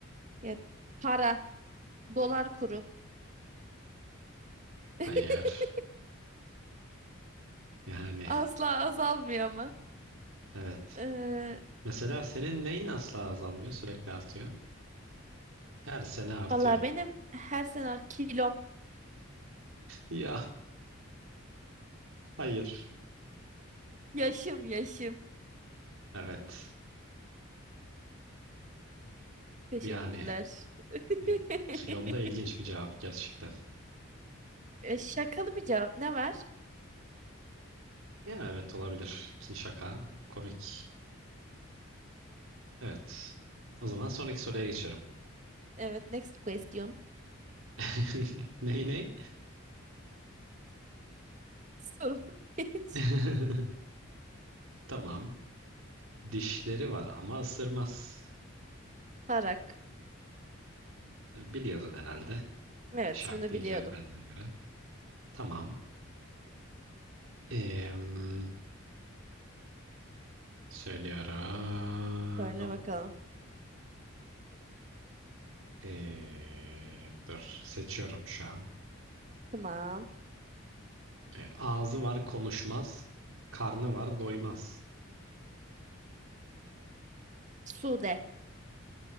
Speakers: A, on the right (about 35°); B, on the right (about 80°).
A: Ya, para. Dolar kuru.
B: Hayır.
A: <laughs>
B: Yani
A: Asla azalmıyor ama.
B: evet.
A: Ee,
B: Mesela senin neyin asla azalmıyor, sürekli artıyor? Her sene artıyor.
A: valla benim her sene kilom.
B: Ya hayır.
A: Yaşım yaşım.
B: Evet.
A: Teşekkürler.
B: Yani
A: <laughs>
B: e, kilomda ilginç bir cevap gerçekten.
A: E, Şakalı bir cevap. Ne var?
B: Ya evet olabilir ki şaka komik. Evet. O zaman sonraki soruya geçiyorum.
A: Evet, next question.
B: <laughs> Ney ney?
A: <laughs> Sorun hiç.
B: <laughs> Tamam. Dişleri var ama ısırmaz.
A: Tarak.
B: Biliyordun herhalde.
A: Evet,
B: Şak
A: bunu
B: diye
A: biliyordum.
B: cevap verdiğine göre. Tamam. Em, söylüyorum.
A: Söyle bakalım.
B: Eee, dur seçiyorum şu an.
A: Tamam.
B: E, ağzı var konuşmaz, karnı var doymaz.
A: Sude.